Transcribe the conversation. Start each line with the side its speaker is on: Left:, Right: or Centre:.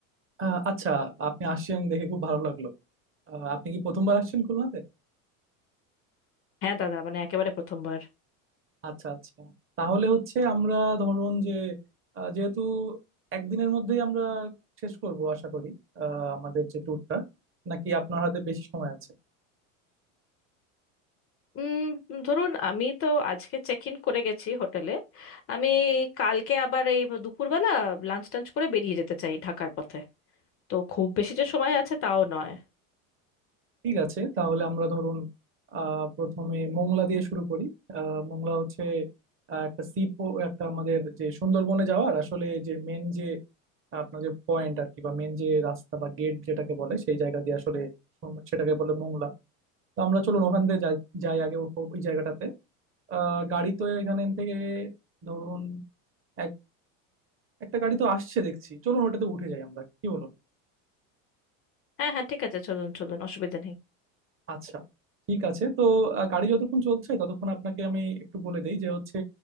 Right: আহ, আচ্ছা আপনি আসছেন দেখে খুব ভালো লাগলো আহ, আপনি কি প্রথমবার আসছেন খুলনাতে
Left: হ্যাঁ দাদা মানে একেবারে প্রথমবার
Right: আচ্ছা আচ্ছা তাহলে হচ্ছে আমরা ধরুন যে আহ, যেহেতু একদিনের মধ্যেই আমরা শেষ করব আশা করি আহ, আমাদের যে ট্যুরটা নাকি আপনার হাতে বেশি সময় আছে
Left: উম, ধরুন আমি তো আজকে চেক ইন করে গেছি হোটেলে আমি কালকে আবার এই দুপুরবেলা লাঞ্চ টাঞ্চ করে বেরিয়ে যেতে চাই ঢাকার পথে তো খুব বেশি যে সময় আছে তাও নয়
Right: ঠিক আছে তাহলে আমরা ধরুন আহ প্রথমে মোংলা দিয়ে শুরু করি আহ মোংলা হচ্ছে আহ, একটা সি একটা আমাদের যে সুন্দরবনে যাওয়ার আসলে যে মেন যে আপনার যে পয়েন্ট আর কি বা মেন যে রাস্তা বা গেট যেটাকে বলে সেই জায়গা দিয়ে আসলে সুন্দর- সেটাকে বলে মোংলা তো আমরা চলুন ওখান দিয়ে যাই যাই আগে ও- ওই জায়গাটাতে আহ গাড়ি তো এখান থেকে ধরুন এক একটা গাড়ি তো আসছে দেখছি চলুন ওটাতে উঠে যাই আমরা কি বলুন
Left: হ্যাঁ হ্যাঁ ঠিক আছে চলুন চলুন অসুবিধা নেই
Right: আচ্ছা ঠিক আছে তো আহ, গাড়ি যতক্ষণ চলছে ততক্ষণ আপনাকে আমি একটু বলে দেই যে হচ্ছে